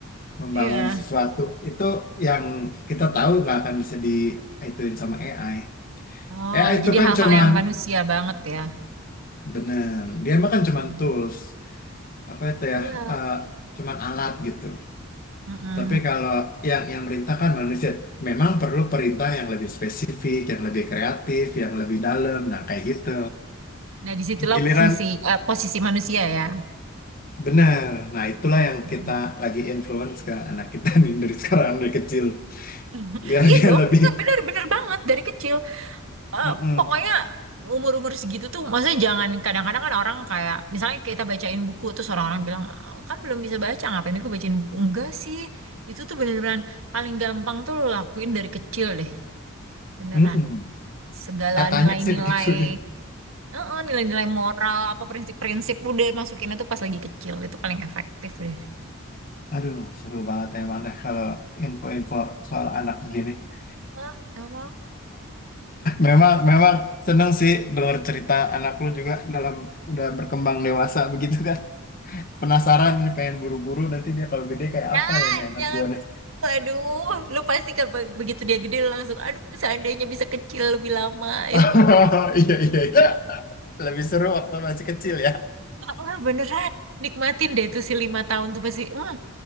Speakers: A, on the left (about 40°); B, on the right (about 70°).
A: membangun
B: iya.
A: sesuatu itu yang kita tahu nggak akan bisa di ituin sama AI.
B: Oh,
A: AI itu
B: jadi
A: kan
B: hal-hal
A: cuman
B: yang manusia banget ya.
A: bener, dia mah kan cuman
B: Hmm,
A: tools apa itu ya,
B: Iya.
A: eh, cuman alat gitu.
B: Mm-mm.
A: Tapi kalau yang yang merintahkan manusia memang perlu perintah yang lebih spesifik, yang lebih kreatif, yang lebih dalam. Nah, kayak gitu.
B: Nah, disitulah
A: Giliran
B: fungsi eh, posisi manusia ya.
A: benar. Nah, itulah yang
B: Hmm.
A: kita lagi influence ke anak kita <laughs> nih dari sekarang dari kecil
B: <laughs>
A: biar
B: Iya
A: dia
B: dong,
A: lebih
B: Nah, bener-bener banget dari kecil. Eh,
A: Mm-mm.
B: pokoknya umur-umur segitu tuh, maksudnya jangan kadang-kadang kan orang kayak, misalnya kita bacain buku, terus orang-orang bilang, "Ah, kan belum bisa baca, ngapain aku bacain buku? Enggak sih, itu tuh bener-beneran paling gampang tuh lo lakuin dari kecil deh, beneran.
A: Mm-mm.
B: Segala
A: Katanya
B: nilai-nilai
A: sih begitu ya.
B: Heeh, nilai-nilai moral apa prinsip-prinsip udah masukin itu pas lagi kecil itu paling efektif deh.
A: Aduh, seru banget emang deh kalau info-info soal anak begini. <laughs>
B: Hah, emang?
A: Memang, memang seneng sih dengar cerita anak lu juga dalam udah berkembang dewasa begitu kan. penasaran nih pengen buru-buru nanti dia kalau gede kayak
B: Jangan,
A: apa ya nih anak
B: jangan.
A: gua nih.
B: Aduh, lu pasti kan be- begitu dia gede lu langsung, aduh seandainya bisa kecil lebih lama. <laughs>
A: <laughs> Iya, iya, iya. Lebih seru waktu masih kecil ya.
B: Wah, beneran. Nikmatin deh tuh si lima tahun tuh pasti, hmm,